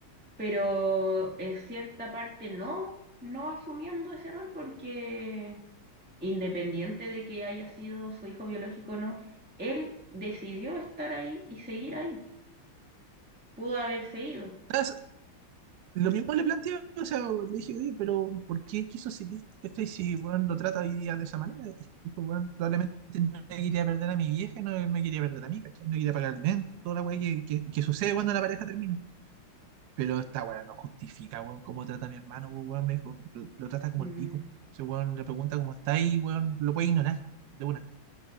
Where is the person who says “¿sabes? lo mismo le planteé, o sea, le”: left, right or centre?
Right